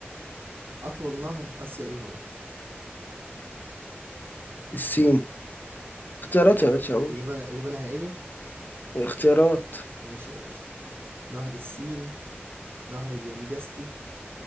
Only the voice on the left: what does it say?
الصين اختيارات
يا باشا اقول
اختيارات